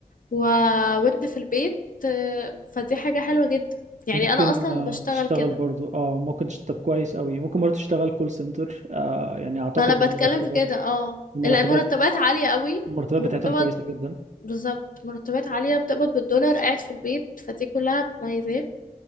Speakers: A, on the left; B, on the right.
A: و... وانت في البيت فدي حاجة حلوة جدا يعني
B: ممكن
A: انا اصلا
B: آه،
A: بشتغل
B: تشتغل
A: كده
B: برضو اه ممكن تشتغل كويس قوي ممكن برضو تشتغل كول سنتر آه يعني اعتقد
A: ما انا
B: المرتبات
A: بتكلم في كده اه
B: المرتبات
A: المرتبات عالية قوي
B: المرتبات
A: وبتقبض
B: بتاعتهم كويسة جدا
A: بالظبط مرتبات عالية بتقبض بالدولار قاعد في البيت فدي كلها مميزات